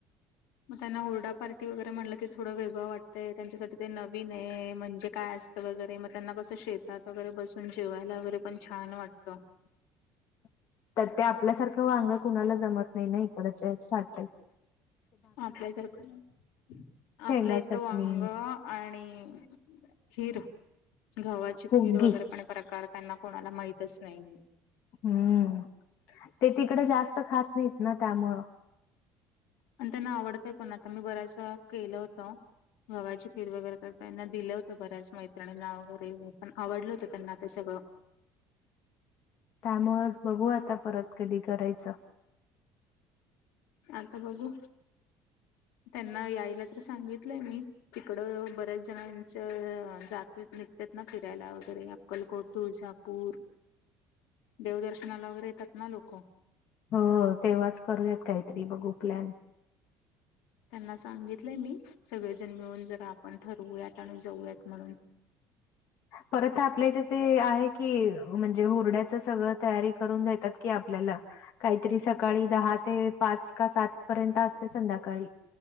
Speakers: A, on the left; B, on the left.
A: मग त्यांना हरडा पार्टी वगैरे म्हणलं की थोडं वेगळं वाटतंय त्यांच्यासाठी ते नवीनय म्हणजे काय अस तरी वगैरे मग त्यांना कसं शेतात वगैरे बसून जेवायला वगैरे पण छान वाटतं.
B: <inaudible> त्यात ते आपल्यासारखं वांग कुणाला जमत नाही ना इकडचं काट <unintelligible>
A: आपल्या सारखं
B: शेंगा
A: आपल्या इथं
B: चटणी
A: वांग आणि खीर गव्हाची खीर
B: हुग्गी
A: वगैरे पण प्रकार त्यांना कोणाला माहितच नाही.
B: हम्म ते तिकडे जास्त खात नाहीत ना त्यामुळं
A: आणि त्यांना आवडतंय पण आता मी बऱ्याच केलं होतं. गव्हाची खीर वगैरे तर त्यांना दिलं होतं बऱ्याच मैत्रिणींना वगैरे पण आवडलं होतं त्यांना ते सगळं
B: त्यामुळेच बघू आता परत कधी करायचं?
A: आता बघू त्यांना यायला तर सांगितलंय मी तिकड बऱ्याच जणांच्या जातेत निघतात ना फिरायला वगैरे अक्कलकोट, तुळजापूर
B: <inaudible>
A: देवदर्शनाला वगैरे येतात ना लोकं.
B: हो तेव्हाच करूयात काहीतरी बघू प्लन.
A: त्यांना सांगितलंय मी सगळेजण मिळून जरा आपण ठरवूयात आणि जाऊयात म्हणून
B: परत आपल्या इथे ते आहे की म्हणजे हुरड्याच सगळं तयारी करून देतात की आपल्याला काहीतरी सकाळी दहा ते पाच का सात पर्यंत असते संध्याकाळी.